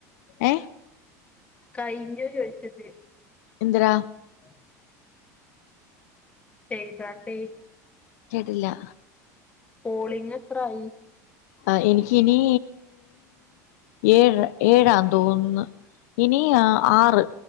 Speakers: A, on the left; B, on the left.
A: ഏ
B: കയിഞ്ഞോ ചോദിച്ചത്
A: എന്തറാ
B: എ ചെയ്ത ട്ടോ
A: കേട്ടില്ല
B: കോളിംഗ് എത്രായി
A: ആ എനക്ക് ഇനിനീ ഏഴ് ഏഴാ തോന്ന് ഇനി ആറ്